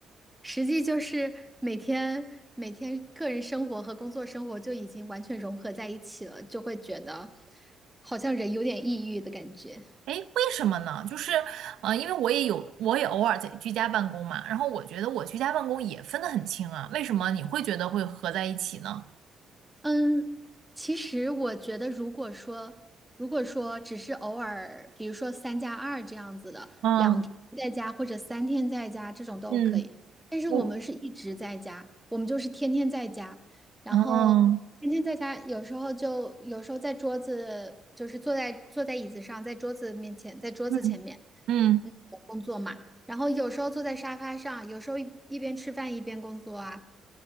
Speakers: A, in the centre; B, on the right.
A: 实际就是每天每天个人生活和工作生活就已经完全融合在一起了，就会觉得好像人有点抑郁的感觉。
B: 诶，为什么呢？就是，呃，因为我也有，我也偶尔在居家办公嘛，然后我觉得我居家办公也分得很清啊，为什么你会觉得会合在一起呢？
A: 嗯，其实我觉得，如果说如果说只是偶尔，比如说三加二这样子的，
B: 嗯
A: 两天在家或者三天在家这种都可以。
B: 嗯，
A: 但是我们是一直在家，
B: 我
A: 我们就是天天在家，然后天天在家，
B: 嗯
A: 有时候就有时候在桌子，就是坐在坐在椅子上，在桌子面前，在桌子前面，
B: 嗯嗯
A: 嗯，工作嘛。然后有时候坐在沙发上，有时候一一边吃饭一边工作啊，